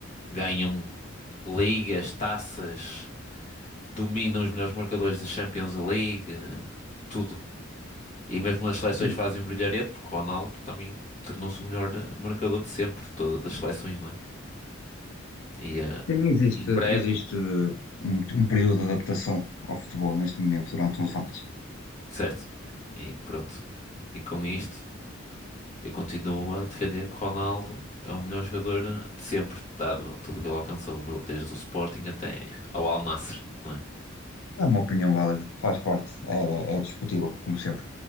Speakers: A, on the left; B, on the left.
A: ganham ligas, taças, dominam os melhores marcadores da Champions League, tudo. E mesmo nas seleções
B: Sim.
A: fazem brilharete, porque o Ronaldo também tornou-se o melhor eh, marcador de sempre, de todas as seleções, não é? E eh,
B: Sim, existe,
A: em breve,
B: existe um, um período de adaptação ao futebol neste momento, durante uns anos.
A: certo. E pronto. E com isto. Eu continuo a defender que Ronaldo é o melhor jogador de sempre, dado tudo o que ele alcançou, do- desde o Sporting até ao Al Nassr, não é?
B: É uma opinião válida, faz parte, é, é discutível, como sempre.